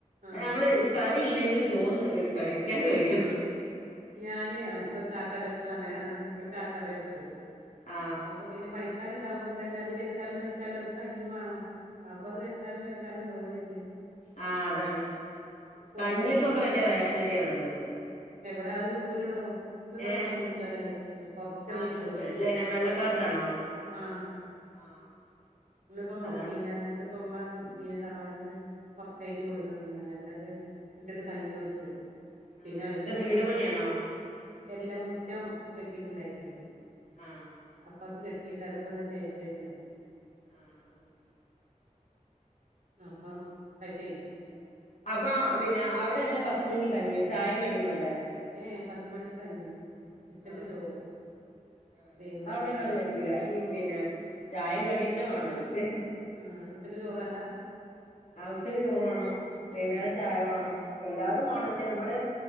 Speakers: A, on the right (about 85°); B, on the left (about 65°).
A: ആഹ്
B: നമ്മള് കറിയില്ലെങ്കിലും ചോറു കഴിക്കാൻ
A: ആഹ്
B: കയ്യും
A: ഞാന് അപ്പൊ <unintelligible> ഒരു ചാക്ക അതെടുത്തത് അങ്ങനെ ആ ഒരു ചാക്ക അതെടുത്തത്
B: ആ
A: അപ്പൊ പിന്നെ പണിക്കാരുണ്ടാവുമ്പം തന്നെ അത് വെച്ചാലും വെച്ചാലും അവർക്ക് കഞ്ഞി വാണം ആ അപ്പൊ അത് വെച്ചാലും വെച്ചാലും വേ പോണില്യേ?
B: ആ അതാണ്.
A: കുറവെടുത്ത്
B: കഞ്ഞീൽക്കൊക്കെ മറ്റേ റേഷനര്യാ നല്ലത്.
A: ടാ അത് കിട്ടൂലടോ ഇന്നിപ്പോ
B: ഏ
A: എത്ര മൂന്ന് കിലോനാ കിട്ടു. കൊറച്ചാ
B: ആ
A: കിട്ടുള്ളൂ.
B: ലെന വെള്ളക്കാർഡാണോ
A: ആ
B: ആ
A: ഇന്നിപ്പം
B: അതാണ്
A: പിന്നെ എന്നിട്ടിപ്പുമ്മ ഉം പിന്നെ തറവാട്ടിന്ന് കൊറച്ചായിട്ട് കൊടുന്നന്നീനാണ്. എന്നിട്ടത് ഇട്ടിട്ട് കഞ്ഞി കൊടുത്ത്.
B: ആ
A: പിന്നെ അവര്ക്ക്
B: എന്താ
A: ഇന്ന
B: വീട് പണിയാണോ
A: എല്ലാ മുറ്റം കിട്ടീട്ടുണ്ടായിരുന്നീല്ല?
B: ആ
A: അപ്പ അത് കെട്ട് <unintelligible>
B: ആ ആ
A: അപ്പൊ
B: ഉം
A: അത് ചെയ്തു
B: ഉം. അപ്പ പിന്നെ അവിടെങ്ങനെ? പത്ത് മണിക്ക് കഞ്ഞിയോ? ചായും കടിം വേണ്ടേ?
A: ഏ പത്ത് മണിക്ക് കഞ്ഞി ഉച്ചക്ക്
B: ആ
A: ചോറ്
B: ആ
A: വൈകുന്നേരം
B: ഞങ്ങട അവടൊന്നും
A: ചായ
B: അത് പറ്റൂല. ഈയിം പിന്നെ ചായേം കടീംന്നെ വേണം. അവര്ക്ക്
A: ആ ഉച്ചക്ക് ചോറ് വേണ്ടാ?
B: ആ ഉച്ചക്ക് ചോറ് വേണം. വൈന്നേരം
A: ആ
B: ചായ വേണം. എല്ലാതും
A: ആ
B: വേണം പക്ഷെ നമ്മള്